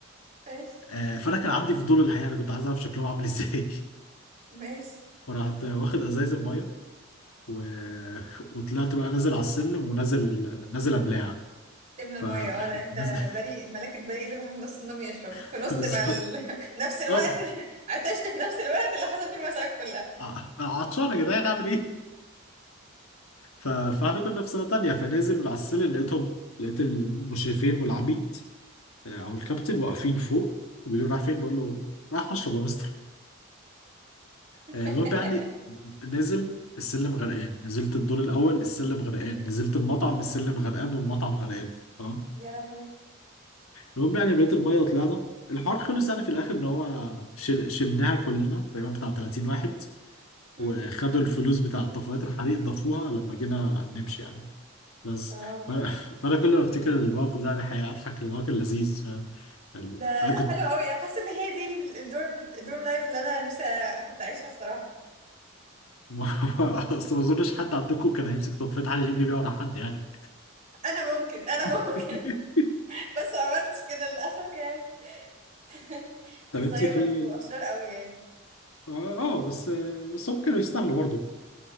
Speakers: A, on the right; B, on the left.
A: ماشي
B: آه فانا كان عندي فضول الحقيقه انا كنت عايز اعرف شكلهم عامل ازاي <laughs>
A: ماشي
B: فرحت واخد ازايز الميه و... <laughs> وطلعت بقى نازل على السلم ونازل نازل املاها
A: تملى
B: ف
A: مية اه لا انت
B: نازل
A: بريء الملاك البريء اللي صاحب نص النوم يشرب
B: <laughs>
A: في نص
B: بالظبط
A: ما ال... <laughs> نفس الوقت
B: اه
A: <laughs> عطشت في نفس الوقت اللي حصل فيه المصايب كلها
B: ع- عطشان يا جدعان اعمل ايه ف... فاحنا كنا في سنه تانية فنازل على السلم لقيتهم لقيت المشرفين والعميد آه، او الكابتن واقفين فوق وبيقولوا رايح فين بقول له رايح اشرب يا مستر
A: <laughs>
B: آه، المهم يعني نازل السلم غرقان نزلت الدور الاول السلم غرقان نزلت المطعم السلم غرقان والمطعم غرقان تمام
A: يا لهوي
B: المهم يعني بقيت المية وطلعنا الحوار خلص يعني في الآخر إن هو شل... شلناها كلنا تقريبا بتاع 30 واحد
A: مم.
B: وخدوا الفلوس بتاع طفايات الحريق ضافوها لما جينا نمشي يعني بس
A: اه
B: ف... <laughs> فأنا كل ما أفتكر الموقف ده يعني حقيقة أضحك لأن هو كان لذيذ فاهم ال-
A: ده
B: أنا كنت
A: حلو قوي حاسه ان هي دي ال- الدورم الدورم لايف اللي انا نفسي أ- كنت اعيشها الصراحه
B: <laughs> أصل ما أظنش حد عندكم كان هيمسك طفاية حريق يجري بيها ورا حد يعني
A: انا ممكن انا
B: <laughs>
A: ممكن <laughs> بس ما عملتش كده للاسف يعني <laughs> كنت
B: طب أنت
A: طيبه
B: في
A: انتوا اشرار قوي يعني
B: آه آه، بس بس هم كانوا يستاهلوا برضه